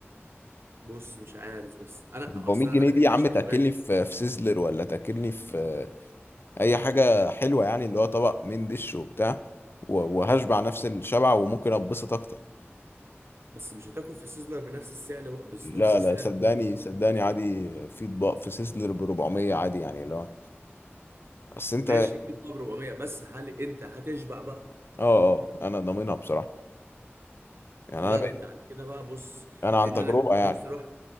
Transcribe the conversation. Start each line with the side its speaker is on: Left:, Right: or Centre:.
Right: بص مش عارف بس انا
Left: 400
Right: اصلا
Left: جنيه
Right: انا
Left: دي
Right: كده
Left: يا
Right: كده
Left: عم
Right: شايفه
Left: تاكلني
Right: غالي
Left: في في سيزلر ولا تاكلني في اي حاجه حلوه يعني اللي هو طبق من دش وبتاع و- وهشبع نفس الشبع وممكن اتبسط اكتر
Right: بس مش هتاكل في سيزلر بنفس السعر بق- بس
Left: لا
Right: نفس السعر
Left: لا صدقني
Right: برضه فاهم
Left: صدقني عادي في اطباق في سيزلر ب 400 عادي يعني اللي هو بس انت
Right: ماشي
Left: اه
Right: في دباب 400 بس هل انت هتشبع بقى
Left: اه انا ضامنها بصراحه يعني
Right: لا
Left: انا بقيت
Right: ده انت على كده بقى بص
Left: انا
Right: لان
Left: عن تجربه
Right: انا كنت
Left: يعني
Right: نفسي اروح